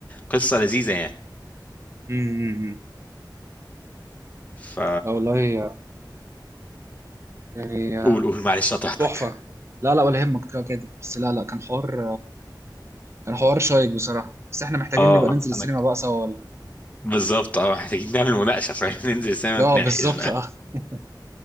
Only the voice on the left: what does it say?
قصه لذيذه يعني
ف
قول قول معلش قطعتك
اه
انا
بالظبط اه محتاجين نعمل مناقشة فاهم ننزل سينما
نتناقش
بقى